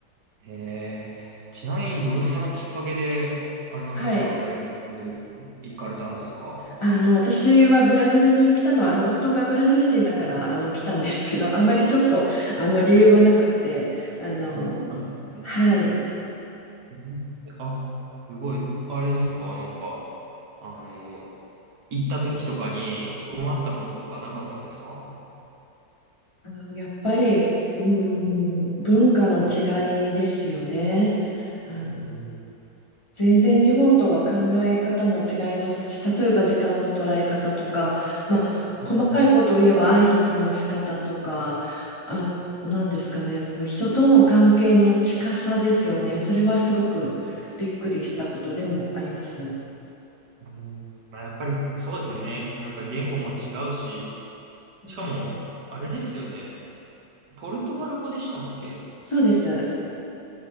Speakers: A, on the right (about 65°); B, on the left (about 15°).
A: へえ。ちなみにどんなきっかけで、あれなんですか、
B: はい。
A: ブラジル行かれたんですか
B: あの、私はブラジルに来たのは、あの、夫がブラジル人だから、あの、来たんですけど、<laughs> あまりちょっと、あの、理由はなくって、あの、
A: そうなんですね。
B: はい、
A: うんあ、すごい、あれですか、なんか、あの、行った時とかに困ったこととかなかったですか
B: あの、やっぱり、うん、文化の違いですよね。あの
A: うん
B: 全然日本とは考え方も違いますし、例えば時間の捉え方とか、まあ、
A: はいはい。
B: 細かいことを言えば挨拶の仕方とか、あ、なんですかね、こう人との関係の近さですよね。それはすごくびっくりしたことでもあります。う
A: うんまあ、やっぱりそうですよね。なんか言語も違うし、
B: ん、
A: しかも、あれですよね。ポルトガル語でしたっけって
B: そうです。